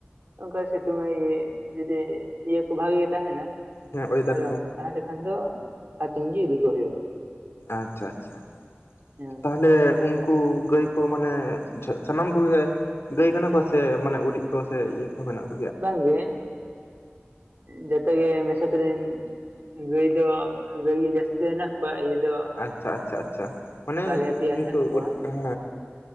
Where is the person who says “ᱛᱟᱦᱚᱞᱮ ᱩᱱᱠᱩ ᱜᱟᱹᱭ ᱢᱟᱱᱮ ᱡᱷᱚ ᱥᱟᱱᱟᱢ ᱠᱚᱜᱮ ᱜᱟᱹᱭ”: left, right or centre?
Left